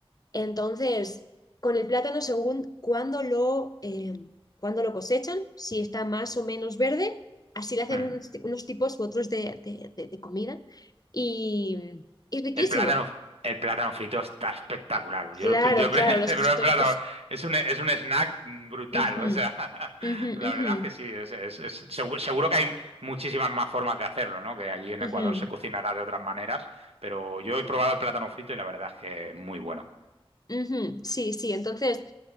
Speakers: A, on the left; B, on the right.
A: Entonces, con el plátano, según cuándo lo, eh, cuándo lo cosechan, si está más o menos verde, así le hacen
B: Mm.
A: unos, ti- unos tipos u otros de, de- de- de comida. Y, y riquísimo.
B: El plátano, el plátano frito está espectacular. Yo,
A: Claro,
B: lo- yo pre-
A: claro, los
B: <laughs> he probado
A: tostones.
B: el plátano.
A: uf,
B: Es un, es un snack brutal.
A: ujú,
B: O sea, <laughs>
A: ujú,
B: la
A: ujú,
B: verdad es que sí. es- es- es- segu- seguro, que hay muchísimas más formas de hacerlo, ¿no? Que allí en
A: ujú,
B: Ecuador se cocinará de otras maneras. Pero yo he probado el plátano frito y la verdad es que es muy bueno.
A: ujú. Sí, sí, entonces